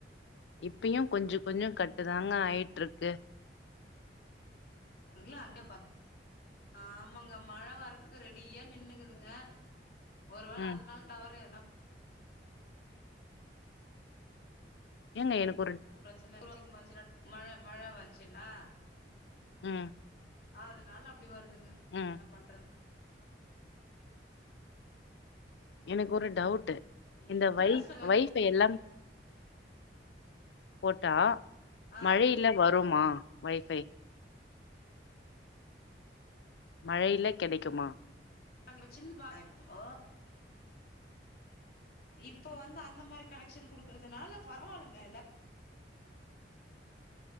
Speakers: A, on the left; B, on the left.
A: இப்பயு கொஞ்சொ கொஞ்சொ கட்டுதாங்க ஆயிட்ருக்கு.
B: <unintelligible> அங்க உக்காந் ஆமாங்க மழ வரதுக்கு ரெடியா நின்னுக்குதுங்க ஒருவேள
A: ம்
B: அதனால டவர் எதுனா
A: ஏங்க எனக்
B: பிரச்சன <inaudible> அதிகமா இருந்துச்சுனா மழ மழ வந்ச்சுனா
A: ம்
B: அதனால அப்டி வருது க்குதுங்க
A: ம்
B: என்ன பண்றது
A: எனக்கு ஒரு டவு ட்டு
B: ம்
A: இந்த வை
B: பேசுறது வரையு
A: வைஃபை எல்லாம் போட்டா
B: ஆ
A: மழைல வருமா வைஃபை மழையில கெடைக்குமா?
B: நாங்க சின் <unintelligible> இப்ப வந்து அந்த மாரி கனெக்ஷன் குடுக்கறதுனால பரவால்லங்க எல்லா